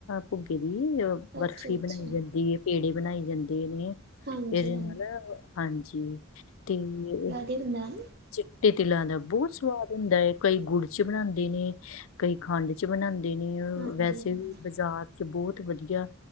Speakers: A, on the left (about 70°); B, on the right (about 45°).
A: ਭੁੱਗੇੇ ਦੀ ਬਰਫ਼ੀ
B: ਅੱਛਾ-ਅੱਛਾ,
A: ਬਣਾਈ ਜਾਂਦੀ ਐ, ਪੇੜੇ ਬਣਾਏ ਜਾਂਦੇ ਨੇ।
B: ਹਾਂਜੀ-ਹਾਂਜੀ
A: ਇਹਦੇ ਨਾਲ ਹਾਂਜੀ, ਤਿੰਗ
B: ਤੇਰੇ ਨਾਲ
A: ਚਿੱਟੇ ਤਿਲਾਂ ਦਾ ਬਹੁਤ ਸਵਾਦ ਹੁੰਦਾ ਐ, ਕਈ ਗੁੜ ਚ ਬਣਾਂਦੇ ਨੇ, ਕਈ ਖੰਡ ਚ ਬਣਾਂਦੇ ਨੇ,
B: ਹਾਂਜੀ-ਹਾਂਜੀ,
A: ਵੈਸੇ ਵੀ ਬਾਜ਼ਾਰ ਚ ਬਹੁਤ ਵਧੀਆ